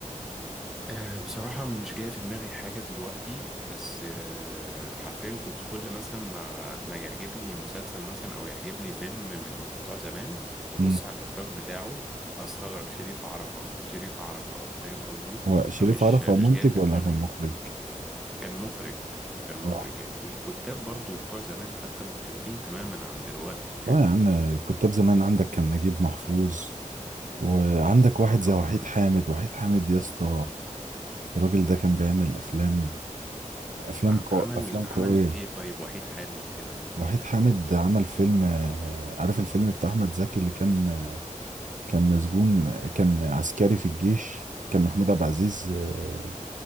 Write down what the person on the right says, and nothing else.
امم
هو شريف
عرفة
منتج
ولا
كان مخرج
اه
اه يا عم كتاب زمان عندك كان نجيب محفوظ وعندك واحد
زي وحيد حامد وحيد حامد يا اسطى الراجل ده كان بيعمل افلام افلام
قو...
افلام قويه
وحيد حامد عمل فيلم آه، عارف الفيلم بتاع احمد زكي اللي كان آه، كان مسجون آه، كان عسكري في الجيش كان محمود عبد العزيز آه،